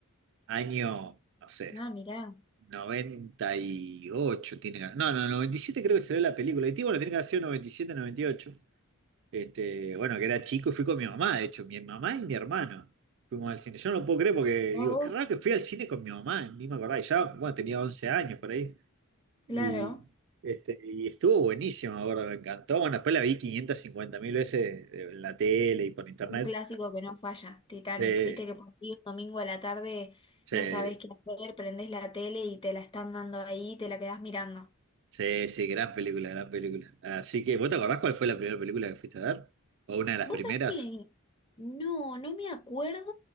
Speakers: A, on the right; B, on the left.
A: año, no sé,
B: Ah, mirá,
A: 98 tiene que- No, no, 97 creo que se ve la película. Y tí, bueno, tiene que haber sido noventa y siete, noventa y ocho Este, bueno, que era chico y fui con mi mamá, de hecho, mi mamá y mi hermano fuimos al cine. Yo no lo puedo creer porque
B: ya
A: digo,
B: vos.
A: qué raro que fui al cine con mi mamá, ni me acordaba. Y ya, bueno, tenía 11 años por ahí.
B: Claro.
A: Y, este, y estuvo buenísimo, me acuerdo, me encantó. Bueno, después la vi quinientas cincuenta mil veces en la tele y por internet.
B: Un clásico que no falla, Titanic.
A: Eh,
B: Viste que por ahí un domingo a la tarde
A: sí,
B: no sabes qué hacer, prendés la tele y te la están dando ahí y te la quedás mirando.
A: Sí, sí, gran película, gran película. Así que, ¿vos te acordás cuál fue la primera película que fuiste a ver? ¿O una de las
B: Vos
A: primeras?
B: sabés que no, no me acuerdo,